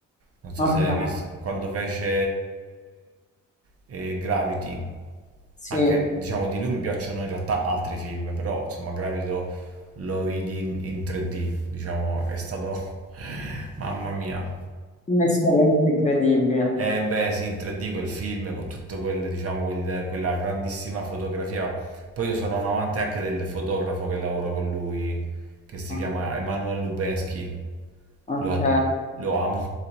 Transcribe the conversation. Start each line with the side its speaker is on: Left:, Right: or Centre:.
Right: Non so
Left: Ok,
Right: se hai visto quando fece eh, Gravity.
Left: sì,
Right: Anche diciamo di lui mi piacciono in realtà altri film, però insomma Gravity lo, lo vidi in, in 3D, diciamo, è stato <laughs> mamma mia.
Left: un'esperienza incredibile.
Right: Eh beh, sì, in 3D quel film con tutto quel, diciamo, quel- quella grandissima fotografia. Poi io sono un amante anche del fotografo che lavoro con lui, che si
Left: Ok,
Right: chiama Emanuel Lubensky.
Left: ok.
Right: Lo, ad- lo amo,